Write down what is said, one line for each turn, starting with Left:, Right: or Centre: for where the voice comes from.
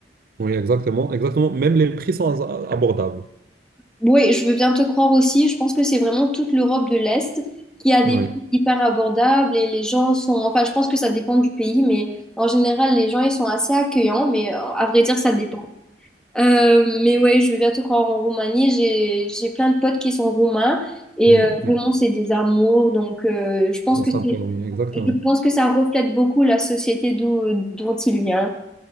Right: oui, exactement, exactement. Même les prix sont as- abordables.
Centre: Oui, je veux bien te croire aussi, je pense que c'est vraiment toute l'Europe de l'Est qui a des
Right: Oui,
Centre: prix hyper abordables et les gens sont, enfin, je pense que ça dépend du pays, mais en général, les gens, ils sont assez accueillants, mais euh, à vrai dire, ça dépend. Euh, mais ouais, je veux bien te croire en Roumanie, j'ai, j'ai plein de potes qui sont roumains et
Right: mm,
Centre: euh, vraiment,
Right: oui,
Centre: c'est des amours, donc euh, je pense
Right: ils sont
Centre: que
Right: sympas,
Centre: c'est
Right: oui, exactement.
Centre: Je pense que ça reflète beaucoup la société d'où, dont il vient.